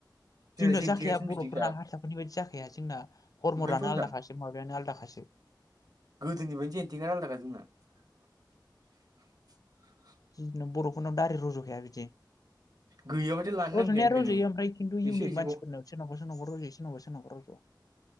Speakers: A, on the left; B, on the right.
A: जोंना
B: जेन
A: जाखाया
B: थेगासिनो
A: बरफोरना
B: बिदिखा
A: हारसाफोरनि बायदि जाखाया जोंना हरमरानो
B: ओंखायनोथ' होनदां
A: आलादाखासो माबायानो आलदाखासो
B: गोदोनि बायदि जेनथेंआ आलादाखा जोंना <inaudible>
A: <unintelligible> बरफ उनाव दारि रज उमखाया बिदि
B: गैयाबाथाय लानो
A: रजनाया
B: नांखाया ओंखायनो
A: रजयो ओमफ्राय खिन्थु इउनिक
B: एसे एसेखौ
A: मानसिफोरनाव सोरनावबा सोरनावबर रजयो सोरनावबा सोरनावबा रज आ